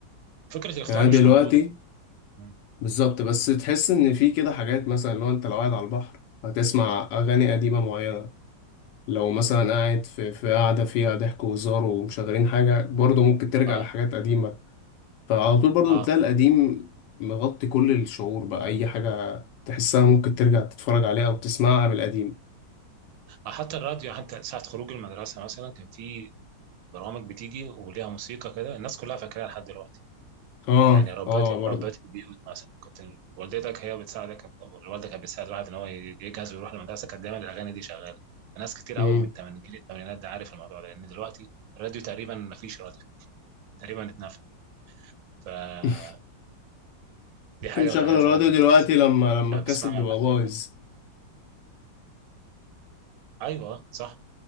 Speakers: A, on the right; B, on the left.
A: فكرة الاختيار
B: يعني أنا
A: مش
B: دلوقتي
A: موجودة مم.
B: بالظبط بس تحس ان في كده حاجات مثلا لو انت لو قاعد على البحر هتسمع اغاني قديمة معينة لو مثلا قاعد في في قاعدة فيها ضحك وهزار ومشغلين حاجة برضه ممكن ترجع
A: اه
B: لحاجات قديمة فعلى طول برضه
A: اه
B: بتلاقي القديم مغطي كل الشعور بقى أي حاجة تحسها ممكن ترجع تتفرج عليها أو تسمعها من القديم
A: آه، حتى الراديو يعني حتى ساعة خروج المدرسة مثلا كان في برامج بتيجي وليها موسيقى كده الناس كلها فاكراها لحد دلوقتي
B: اه
A: يعني ربات
B: اه برضه
A: ربات البيوت مثلا كنت والدتك هي بتساعدك أو الوالدة كانت بتساعد الواحد ان هو يجهز ويروح المدرسة كانت دايما الاغاني دي شغالة ناس كتير
B: مم.
A: قوي من تمن- جيل الثمانينات ده عارف الموضوع ده لان دلوقتي الراديو تقريبا ما فيش راديو تقريبا اتنفى فدي
B: <laughs> ممكن
A: حاجة
B: تشغل
A: من الحاجات
B: الراديو
A: اللي برضه
B: دلوقتي
A: بت...
B: لما لما
A: لما
B: الكاسيت
A: بسمعها
B: بيبقى
A: الواحد
B: بايظ
A: بيرجع ايوه صح